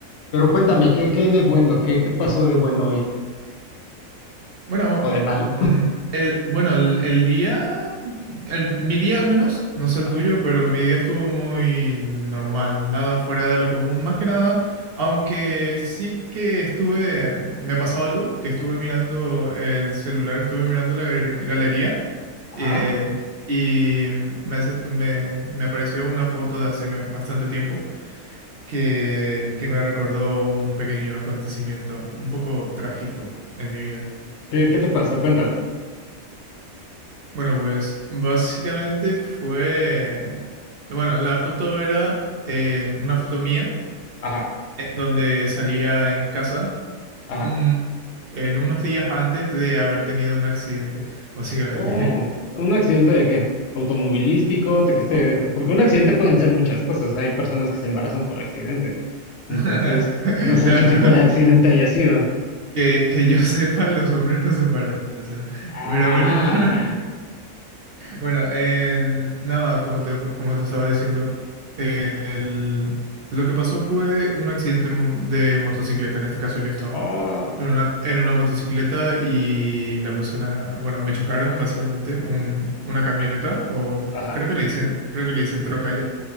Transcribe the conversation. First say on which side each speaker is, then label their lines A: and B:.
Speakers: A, on the left; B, on the right.
A: Pero cuéntame, ¿qué, qué hay de bueno? ¿Qué, qué pasó de bueno hoy?
B: Bueno,
A: ¿O de malo?
B: mm, el, bueno, el, el día, el- mi día al menos, no sé el
A: <laughs> Ajá,
B: tuyo, pero mi día estuvo muy normal, nada fuera de lo común, más que nada, aunque sí que estuve, me pasó algo, que estuve mirando el celular, estuve mirando la galeri- galería.
A: ajá.
B: eh, Y me, hace- me me apareció una foto de hace bastante tiempo que, que me recordó un pequeño acontecimiento un poco trágico en mi vida.
A: ¿Qué, qué te pasó? Cuéntame.
B: Bueno, pues básicamente fue... Bueno, la foto era en una foto mía,
A: Ajá,
B: en donde salía en casa
A: ajá.
B: un- en unos días antes de haber tenido un accidente, básicamente.
A: Oh,
B: <laughs>
A: ¿un accidente de qué? ¿Automovilístico? ¿Te que se... Porque un accidente pueden ser muchas cosas, hay personas que se embarazan por accidente. Entonces,
B: <laughs>
A: no sé
B: No,
A: qué
B: no.
A: tipo
B: <laughs>
A: de accidente haya sido.
B: Que, que yo sepa, los hombres no se embarazan.
A: Ah,
B: Pero bueno. <laughs> Bueno, en- no, como te, como te estaba diciendo, el- lo que pasó fue un accidente m- de motocicleta. En este caso, yo estaba
A: oh,
B: en una, en una motocicleta y la persona, bueno, me chocaron básicamente un- una camioneta, o
A: ajá,
B: creo que le dicen, creo que le dicen troca